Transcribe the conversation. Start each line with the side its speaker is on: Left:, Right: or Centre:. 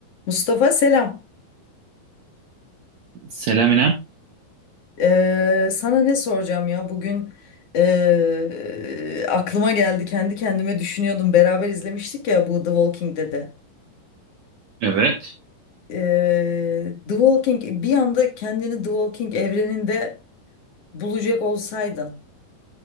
Left: Mustafa selam.
Right: Selam İrem.
Left: Ee, sana ne soracağım ya bugün ee, aklıma geldi kendi kendime düşünüyordum beraber izlemiştik ya bu The Walking Dead'i.
Right: Evet,
Left: Ee, The Walking bir anda kendini The Walking evreninde bulacak olsaydın